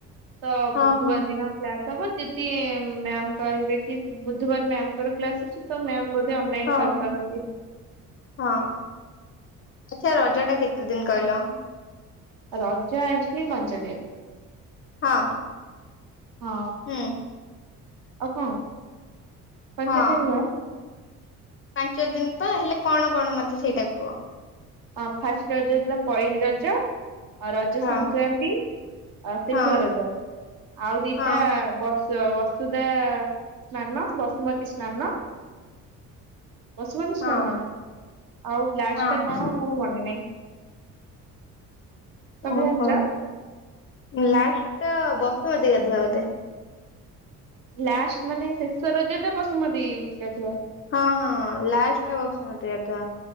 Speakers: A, on the right (about 45°); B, on the left (about 30°).
A: ତ
B: ହଁ
A: ବୁଧବାର
B: ହଁ
A: ଦିନ କ୍ଲାସ ହବ? ଯଦି ମ୍ୟାମ କହିବେ କି ବୁଧବାର ମ୍ୟାମଙ୍କର କ୍ଲାସ ଅଛି ତ, ମ୍ୟାମ ବୋଧେ ଅନଲାଇନ
B: ହଁ ହଁ
A: କରନ୍ତି।
B: ହଁ, ଆଛା, ରଜ ଟା କେତେ ଦିନ କହିଲ?
A: ରଜ ଆସିଲି ପାଞ୍ଚଦିନ
B: ହଁ
A: ହଁ।
B: ହୁଁ
A: ଆଉ କଣ? ପାଞ୍ଚ
B: ହଁ।
A: ଦିନ ନୁହେଁ।
B: ପାଞ୍ଚ ଦିନ ପା ହେଲେ, କଣ କଣ ମତେ ସେଇଟା କୁହ?
A: ହଁ, ଫାଷ୍ଟ ରଜଥିଲା, ପହଲିି ରଜ। ଆ ରଜ
B: ହଁ
A: ସଂକ୍ରାନ୍ତି, ଆ ଶେଷରଜ।
B: ହଁ
A: ଆଉ ଦିଟା
B: ହଁ
A: ବ ସ ବସୁଧା-ଆ ସ୍ନାନ ବସୁମତୀ ସ୍ନାନ। ବସୁମତୀ ସ୍ନାନ
B: ହଁ।
A: ନା, ଆଉ ଲାଷ୍ଟ
B: ହଁ
A: ଟା କଣ ମୋ ମନେ ନାହିଁ? ତମେ
B: ଓହୋ!
A: ଜାଣିଛ
B: ଲାଷ୍ଟ ଟା ବସୁମତୀ ଗାଧୁଆ ବୋଧେ!
A: ଲାଷ୍ଟ, ମାନେ ଶେଷ ରଜଟା ବସୁମତୀ ଗାଧୁଆ!
B: ହଁ, ହଁ, ଲାଷ୍ଟା ବସୁମତୀ ଗାଧୁଆ।